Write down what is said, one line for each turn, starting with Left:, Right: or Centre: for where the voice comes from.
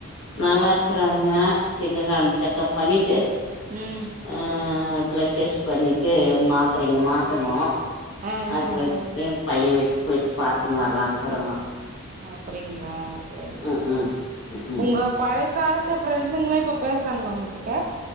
Left: நல்லா இருக்குறாருங்க திங்ககிழமை செக்கப் பண்ணிட்டு
Right: ம்
Left: அ பிளெட் டெஸ்ட் பண்ணிட்டு மாத்தரைங்க மாத்துணு
Right: ஆ
Left: அது
Right: ஆ
Left: போய்
Right: ஆ
Left: என் பையன் வீட்டுக்கு போயிட்டு பாத்துன்னு வர்லாம்னு இருக்குறங்கோ
Right: அப்டிங்களா சேரிங்க
Left: ம்
Right: சேரிங்க
Left: ம் ம் ம்
Right: உங்க பழையக்காலத் த்த ஃப்ரெண்ட்ஸுங்கலா இப்போ பேசுறாங்ளா உங்க கிட்ட